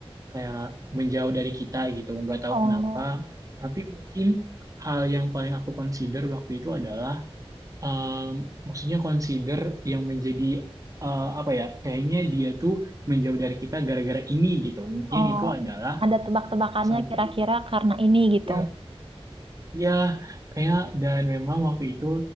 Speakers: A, on the right (about 35°); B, on the right (about 60°).
A: kayak menjauh dari kita gitu, nggak tahu
B: Oh,
A: kenapa, tapi mungkin hal yang paling aku consider waktu itu adalah um, maksudnya consider yang menjadi uh, apa ya kayaknya dia tuh menjauh dari kita gara-gara ini gitu mungkin
B: oh,
A: itu adalah
B: ada tebak-tebakannya
A: satu
B: kira-kira karena ini gitu.
A: ya ya kayak dan memang waktu itu